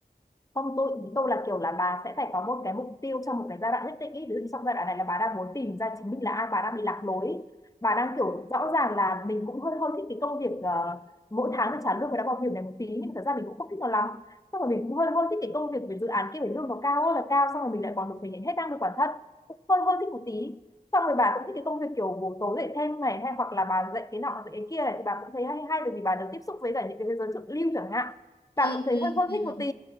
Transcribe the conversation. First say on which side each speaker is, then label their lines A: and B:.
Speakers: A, on the left (about 20°); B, on the left (about 75°).
A: không tôi ý tôi là kiểu là bà sẽ phải có một cái mục tiêu trong một cái giai đoạn nhất định ý. ví dụ như trong giai đoạn này là bà đang muốn tìm ra chính mình là ai bà đang bị lạc lối ý. bà đang kiểu rõ ràng là mình cũng hơi hơi thích cái công việc ờ, mỗi tháng được trả lương và đã bảo hiểm này một tí nhưng mà thật ra mình cũng không thích nó lắm xong rồi mình cũng hơi hơi thích cái công việc về dự án kia phải lương nó cao ơi là cao xong rồi mình lại còn được thể hiện hết năng lực bản thân cũng hơi hơi thích một tí xong rồi bà cũng thích cái công việc kiểu buổi tối dạy thêm này hay hoặc là bà dạy cái nọ dạy cái kia này thì bà cũng thấy hay hay bởi vì bà được tiếp xúc với cả những cái giới thượng lưu chẳng hạn
B: Ừm,
A: bà cũng thấy
B: ừm,
A: hơi hơi
B: ừm.
A: thích một tí